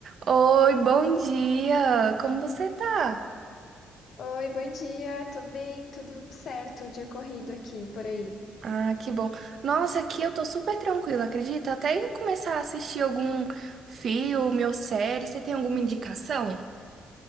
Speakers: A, on the right; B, on the left.
A: Oi, bom dia! Como você tá?
B: Oi, bom dia. Tô bem, tudo certo, dia corrido aqui, por aí.
A: Ah, que bom. Nossa, aqui eu tô super tranquila, acredita? Até ia começar a assistir algum filme ou série. Você tem alguma indicação?